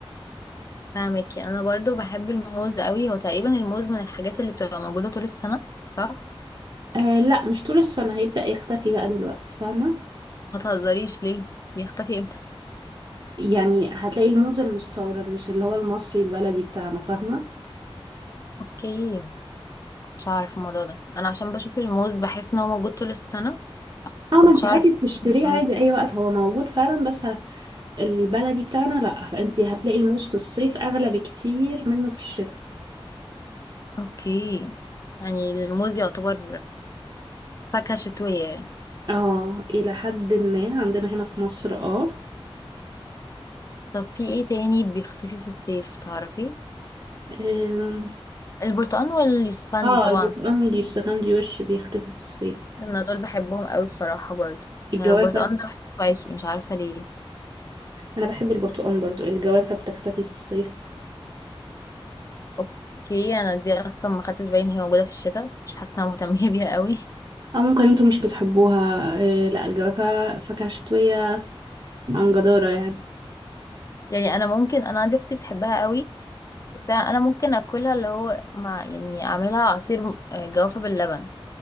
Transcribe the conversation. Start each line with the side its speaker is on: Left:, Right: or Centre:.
Left: فاهمكي انا برضو بحب الموز قوي هو تقريبا الموز من الحاجات اللي بتبقى موجودة طول السنة صح
Right: آه لا مش طول السنة هيبدأ يختفي بقى دلوقتي فاهمة
Left: ما تهزريش ليه بيختفي امتى
Right: يعني هتلاقي الموز المستورد مش اللي هو المصري البلدي بتاعنا فاهمة
Left: اوكي كنتش اعرف الموضوع ده انا عشان بشوف الموز بحس ان هو موجود طول السنة
Right: اه
Left: كنتش
Right: ما انت
Left: اعرف
Right: عادي بتشتريه
Left: الموضوع
Right: عادي
Left: ده.
Right: اي وقت هو موجود فعلا بس البلدي بتاعنا لا انت هتلاقي الموز في الصيف اغلى بكتير منه في الشتاء
Left: اوكي يعني الموز يعتبر فاكهة شتوية يعني
Right: اه الى حد ما عندنا هنا في مصر اه
Left: طب في ايه تاني بيختفي في الصيف تعرفي
Right: أم،
Left: البرتقال واليوسفندي
Right: اه
Left: طبعا
Right: البرتقال دي الشوفان دي وش بيختفي في الصيف
Left: انا دول بحبهم قوي بصراحة برضه
Right: الجوافة
Left: يعني البرتقال
Right: <laughs>
Left: ده بحسه عايشي مش عارفة ليه
Right: انا بحب البرتقال برضو الجوافة بتختفي في الصيف
Left: اوكي انا دي اصلا ما خدتش بالي ان هي موجودة في الشتاء مش حاسة إن انا مهتمة <laughs> بيها قوي
Right: اه ممكن انتوا مش بتحبوها إيه لا الجوافة فاكهة شتوية عن جدارة يعني
Left: يعني انا ممكن انا عندي اختي بتحبها قوي بس انا ممكن اكلها اللي هو مع يعني اعملها عصير آه، جوافة باللبن